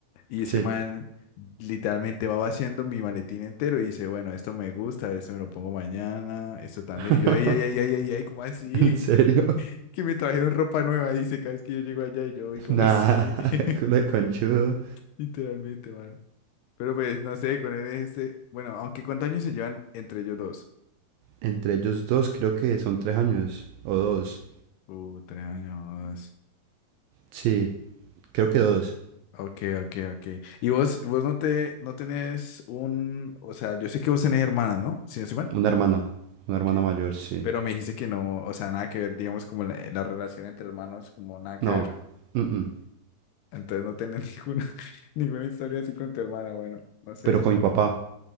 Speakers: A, on the left; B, on the right.
A: y ese
B: Sí.
A: man literalmente va vaciando mi maletín entero y dice, bueno, esto me gusta, esto me lo pongo mañana, esto también.
B: <laughs>
A: Y yo, ay, ay, ay, ay, ay, ay, ¿cómo así?
B: ¿En serio?
A: que me trajeron ropa nueva, dice, cada vez que yo llego allá y yo voy como
B: Nah,
A: así,
B: <laughs>
A: <laughs>
B: culo de conchudo.
A: literalmente, mano. Pero pues, no sé, con él es este, bueno, aunque ¿cuántos años se llevan entre ellos dos?
B: Entre ellos dos creo que son tres años o dos.
A: Uh, tres años.
B: Sí, creo que dos.
A: Ok, ok, ok. Y vos, vos no te, no tenés un, o sea, yo sé que vos tenés hermanas, ¿no? Si no estoy mal.
B: Una hermana,
A: Ok.
B: una hermana mayor, sí.
A: Pero me dijiste que no, o sea, nada que ver, digamos, como la, la relación entre hermanos, como nada que
B: No,
A: ver.
B: mm, mm,
A: Entonces no tenés <laughs> ninguna, ninguna historia así con tu hermana, bueno, no sé.
B: Pero con mi papá,